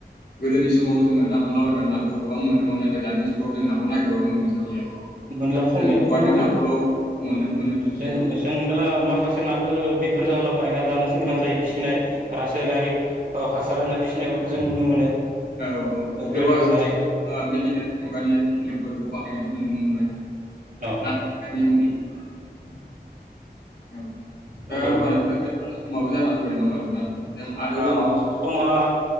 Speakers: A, on the left (about 75°); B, on the right (about 50°).
A: गोदोनि समाव जोङो ना हमलाबायबानो नाखौ गोबां मोनोमोन नाथाय दानि जुगाव जों नाखौ नागिरबाबो मोननो थांलिया
B: मोनला खमिबाय
A: जों हगारनाय
B: बहुद
A: नाखौल' मोननो मोननो थांसै
B: जों
A: औ
B: मोजां दा माखासे नाखो बेफोर जाहोनाव बायना जानोसो गोनां जायो फिसिनाय रासायनारिक ओ हासार होनाय फिसिनायफोरखौ जों नुनो मोनो
A: औ औ फुख्रिबा
B: बेफोरबायदि
A: <unintelligible>
B: होनानै
A: मुगानि फोरखौ बाहायनायखौ जों नुनो मोनबाय
B: अ
A: <unintelligible> औ
B: नंगौ
A: दा होमबा
B: नंगौ
A: नोंथा बो जाना फैबाय नङा होमबा नोंथां जों आरो
B: अ
A: उनाव
B: समा